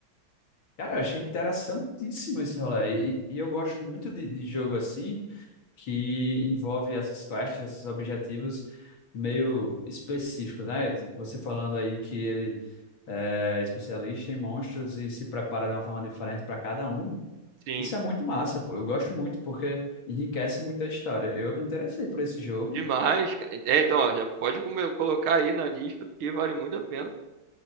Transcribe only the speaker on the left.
Cara, eu achei interessantíssimo esse rolê. E, e e eu gosto muito de, de jogo assim que envolve essas quests, esses objetivos meio específicos, né? Tipo, Você falando aí que ele eh, é especialista em monstros e se prepara de uma forma diferente para cada um.
Isso é muito massa, pô. Eu gosto muito porque enriquece muito a história. Eu me interessei por esse jogo.